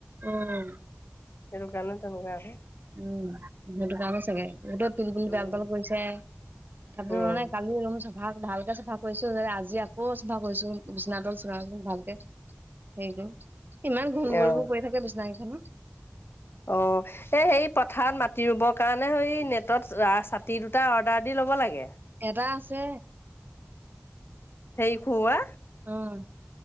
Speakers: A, on the right (about 50°); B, on the left (about 65°).
A: উম।
B: <unintelligible>
A: উম সেইটো কাগজ চাগে, সেইটোত পিল
B: উম
A: পাল কৰিছে, তথাপিওঁ
B: উম
A: মানে কালি ভাল ভালকে চাফা কৰিছো যে, আজি আকৌ চাফা কৰিছো বিচনা তল চিচনা তল ভালকে। হেৰি কৰিম, ইমান ঘুণ কৰিব
B: অ
A: পৰি থাকে বিচনা কেইখনো।
B: অ। এ সেই পথাৰত মাটি ৰুবৰ কাৰণে হেই নেটত ছাতি দুটা অৰ্ডাৰ দি ল'ব লাগে।
A: এটা আছে।
B: হেৰি খোৱা।
A: উম,